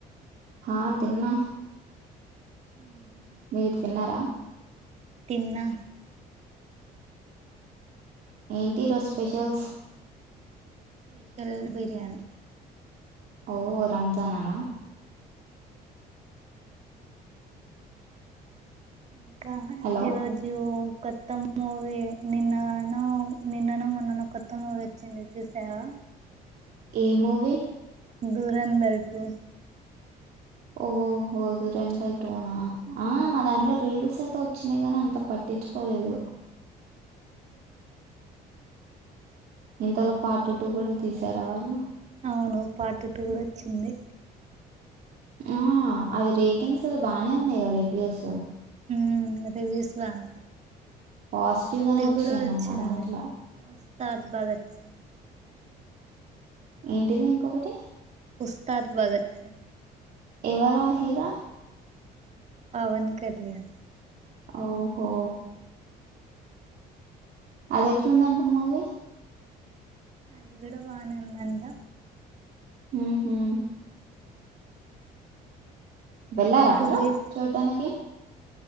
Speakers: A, on the right; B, on the right.
A: హా తిన్నా
B: ఉ
A: మీరు తిన్నారా
B: తిన్న
A: ఏంటి రోజు స్పెషల్స్
B: స్పెషల్ బిర్యాణి
A: ఓ రంజాన్ నా
B: ఇంకా
A: హలో
B: ఈరోజు కొత్త మూవీ నిన్న నిన్ను నా మొననో కొత్త మూవీ వచ్చింది చూశావా
A: ఏ మూవీ
B: దురంధర్ టు
A: ఓహో దురంధర టు నా దాంట్లో రీల్స్ <unintelligible> అ వచ్చినా గానీ అంత పట్టించుకోలేదు ఇంతలో పార్ట్ టూ కూడ తీసారా వాళ్ళు
B: అవును పార్ట్ టూ కూడా వచ్చింది
A: ఆ అవి రేటింగ్స్ అవి బానే ఉన్నాయి రివ్యూస్
B: ఉమ్ రివిల్స్ బాగున్నాయి
A: పాజిటివ్
B: అది
A: గానే వచ్చినాయి
B: కూడా వచ్చింది
A: మన దాంట్లో
B: <unintelligible> భగత్ సింగ్
A: ఏంటిది ఇంకొకటి
B: ఉస్తాద్ భగత్ సింగ్
A: ఎవర హీరో
B: పవన్ కల్యాణ్
A: ఓహో అది ఎట్లుందంట మూవీ
B: అది కూడా బానేందంట
A: ఉహు వెళ్ళారా
B: టూ
A: మీరు
B: డేస్
A: చూడ్డానికి